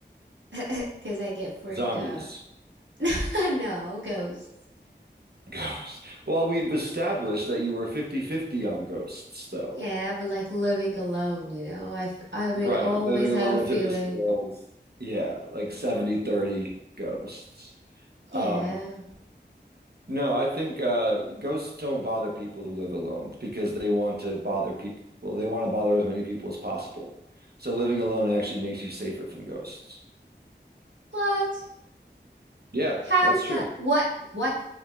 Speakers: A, on the right; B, on the right.
A: <laughs> because I get freaked
B: Zombies,
A: out. <laughs> No, ghosts.
B: <laughs> ghosts. Well, we've established that you were fifty fifty on ghosts, though.
A: Yeah, but like living alone, you know, I f- I would
B: Right,
A: always
B: living
A: have
B: alone
A: a feeling.
B: tip the scales. Yeah, like seventy thirty ghosts.
A: Yeah.
B: Um, No, I think uh, ghosts don't bother people who live alone because they want to bother people. They want to bother as many people as possible. So living alone actually makes you safer from ghosts.
A: What?
B: Yeah,
A: How
B: that's
A: does that?
B: true.
A: What? What?